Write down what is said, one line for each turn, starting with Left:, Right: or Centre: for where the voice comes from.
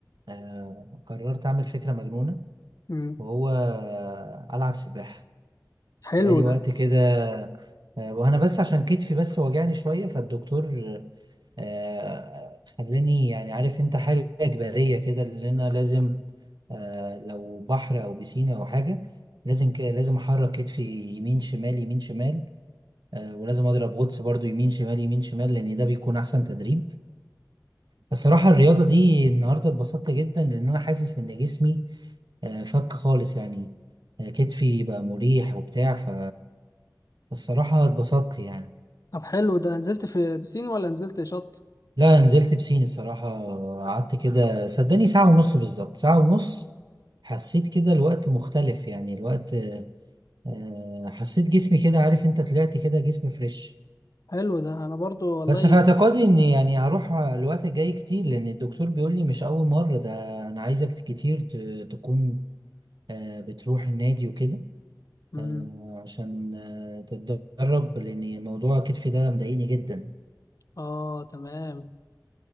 Right: آه، قررت أعمل فكرة مجنونة
Left: امم
Right: وهو آه، ألعب سباحة
Left: حلو
Right: بقالي وقت
Left: ده
Right: كده آه، وأنا بس عشان كتفي بس واجعني شوية فالدكتور آه، خلاني يعني عارف انت حاجة إجبارية كده اللي أنا لازم آه، لو بحر أو بسينة أو حاجة لازم ك... لازم أحرك كتفي يمين شمال يمين شمال آه، ولازم أضرب غطس برضو يمين شمال يمين شمال لأن ده بيكون أحسن تدريب فالصراحة الرياضة دي النهاردة اتبسطت جدا لأن أنا حاسس إن جسمي آه، فك خالص يعني آه، كتفي بقى مريح وبتاع ف... فالصراحة اتبسطت يعني
Left: طب حلو ده نزلت في بسين ولا نزلت شط
Right: لا نزلت بسين الصراحة قعدت كده صدقني ساعة ونص بالظبط ساعة ونص حسيت كده الوقت مختلف يعني الوقت آه، حسيت جسمي كده عارف انت طلعت كده جسمي فريش
Left: حلو ده انا برضو والله
Right: بس في اعتقادي ان يعني هروح الوقت الجاي كتير لان الدكتور بيقول لي مش اول مرة ده انا عايزك كتير ت- تكون آه، بتروح النادي وكده
Left: امم
Right: آه، عشان آه، تتدرب لان موضوع كتفي ده مضايقني جدا
Left: اه تمام